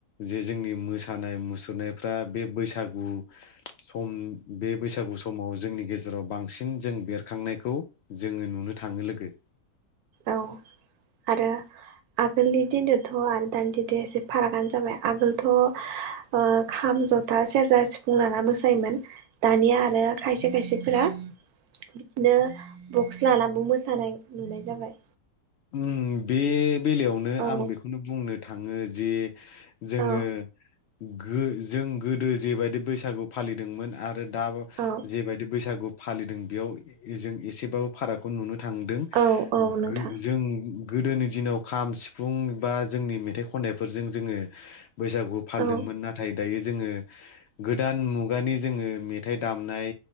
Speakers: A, on the left; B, on the right.
A: जे जोंनि मोसानाय मुसुरनायफ्रा बे बैसागु सम बे बैसागु समाव जोंनि गेजेराव बांसिन जों बेरखांनायखौ जोङो नुनो थाङो लोगो ।
B: औ आरो आगोलनि दिनथ' आरो दानि दिदो एसे फारागानो जाबाय आगोलथ' ओ खाम जथा सेरजा सिफुं लाना मोसायोमोन । दानिया आरो खायसे खायसेफोरा बिदिनो बक्स लानाबो मोसानाय नुनाय जाबाय ।
A: उम बे बेलायावनो
B: औ
A: आं बेखौनो बुंनो थाङो जे जोङो
B: औ
A: गो जों गोदो जेबायदि बैसागु फालिदोंमोन आरो दाब
B: औ
A: जेबायदि बैसागु फालिदों बेयाव जों एसेबाबो फारागखौ नुनो थांदों ।
B: औ औ नोंथां
A: गो जों गोदोनि दिनाव खाम सिफुं बा जोंनि मेथाइ खननायफोरजों जोङो बैसागु फालिदोंमोन
B: औ
A: नाथाय दायो जोङो गोदान मुगानि जोङो मेथाइ दामनाय